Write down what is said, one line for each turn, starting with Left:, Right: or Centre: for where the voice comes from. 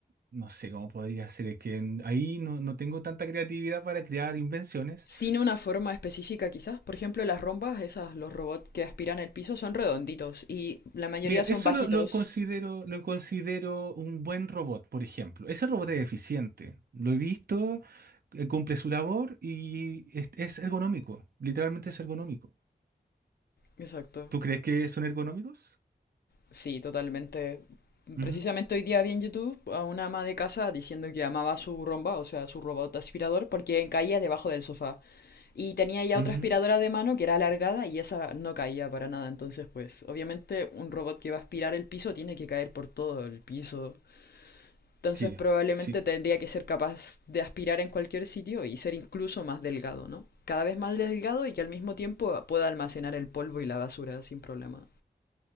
Right: no sé cómo podría ser, es que en- ahí no, no tengo tanta creatividad para crear invenciones
Left: Sin una forma específica, quizás. Por ejemplo, las rombas, esas, los robots que aspiran el piso, son redonditos. Y la mayoría
Right: Mira,
Left: son
Right: eso
Left: bajitos.
Right: lo, lo considero, lo considero un buen robot, por ejemplo. Ese robot es eficiente. Lo he visto, eh, cumple su labor y es, es ergonómico. Literalmente es ergonómico.
Left: Exacto.
Right: ¿Tú crees que son ergonómicos?
Left: Sí, totalmente.
Right: Ujú,
Left: Precisamente hoy día vi en YouTube a una ama de casa diciendo que amaba su romba, o sea, su robot aspirador, porque caía debajo del sofá. Y tenía ya
Right: ujú.
Left: otra aspiradora de mano que era alargada y esa no caía para nada. Entonces, pues, obviamente un robot que va a aspirar el piso tiene que caer por todo el piso. Entonces,
Right: Sí,
Left: probablemente
Right: sí.
Left: tendría que ser capaz de aspirar en cualquier sitio y ser incluso más delgado, ¿no? Cada vez más delgado y que al mismo tiempo pueda almacenar el polvo y la basura sin problema.